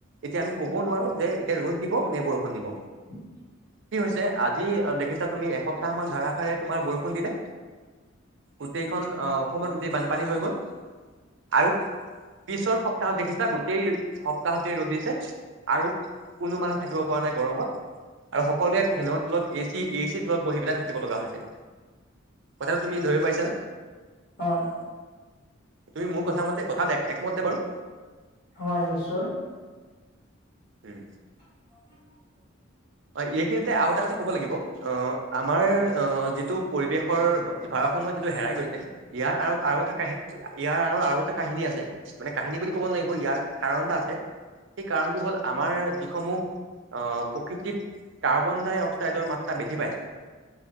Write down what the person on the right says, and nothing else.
এতিয়া আমি কব নোৱাৰো যে এতিয়া ৰ'দ দিব নে বৰষুণ দিব
কি হৈছে আজি আ দেখিছা তুমি এসপ্তাহ মান ধাৰাসাৰে তোমাৰ বৰষুণ দিলে গোটেইখন আহ অসমত গোটেই বানপানী হৈ গ'ল আৰু পিছৰ সপ্তাহত দেখিছা গোটেই সপ্তাহতে ৰদ দিছে আৰু কোনো মানুহ থাকিব পৰা নাই গৰমত আৰু সকলোৱে ফেনৰ তলত এ চি এ চিৰ তলত বহি পেলাই থাকিব লগা হৈছে কথাটো তুমি ধৰিব পাইছানে
তুমি মোৰ কথা মতে কথাত একমত নে বাৰু
উম
অ এইখিনিতে আৰু এটা কথা ক'ব লাগিব অ আমাৰ অ যিটো পৰিৱেশৰ ভাৰাসম্যত যিটো হেৰাই গৈছে ইয়াৰ আঁৰত আৰু এটা কাহি ইয়াৰ আৰত আৰু এটা কাহিনী আছে মানে কাহিনী বুলি ক'ব লাগিব ইয়াৰ কাৰণ এটা আছে সেই কাৰণটো হ'ল আমাৰ যিসমূহ অ প্ৰকৃতিত কাৰ্বন ডাই অক্সাইডৰ মাত্ৰা বৃদ্ধি পাইছে